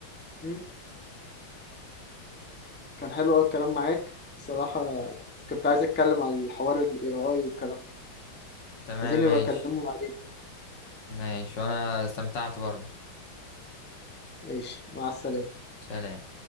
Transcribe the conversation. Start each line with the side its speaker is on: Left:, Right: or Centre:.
Centre: مم. كان حلو قوي الكلام معاك الصراحة كنت عايز اتكلم على الحوار الاي اي والكلام ده
Left: تمام
Centre: عايزين نبقى
Left: ماشي
Centre: اكلمه بعدين
Left: ماشي وانا استمتعت برضه
Centre: ماشي مع السلامة
Left: سلام